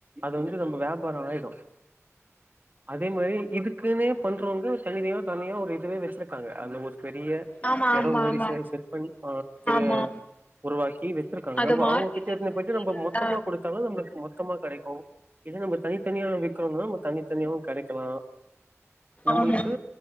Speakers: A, on the right; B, on the left.
A: அது வந்துட்டு நம்ப வியாபாரோ ஆயிடு அதே மாரி இதுக்குன்னே பண்றவுங்க சலுகையா தனியா ஒரு இதுவே வச்சிருக்காங்க அந்த ஒரு பெரிய
B: ஆ ஆமா
A: எடோ
B: ஆமா
A: மாரி
B: ஆமா
A: சேல்
B: ஆமா
A: செட் பண்ணி அ கிருகாங்க
B: ஆமா
A: உருவாக்கி வச்சிருக்காங்க
B: அத
A: நம்ப
B: மார்க்கெட்டிங்
A: அவுங்க கிட்ட எத்துனு
B: பண்ணி
A: போயிட்டு நம்ம
B: நல்லா
A: மொத்தமா கொடு த்தாலு நம்பளுக்கு மொத்தமா கெடைக்கு ஏதோ நம்ப தனித்தனியா விக் கனுனா நம்ம தனி தனியாவு கெடைக்கலா நம்பளுக்கு
B: ஆமா